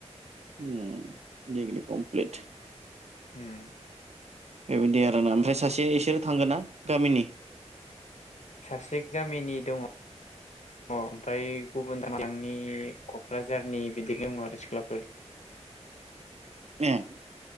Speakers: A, on the right; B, on the left.
A: उम दिग्रि कमप्लिट
B: ओम
A: बेबायदि आरोना ओमफ्राय सासे इसोरो थांगोन ना गामिनि।
B: सासे गामिनि दङ ओमफ्राय गुबुन दालांनि कक्राझारनि बिदि दङ आरो सिख्लाफोर।
A: <unintelligible>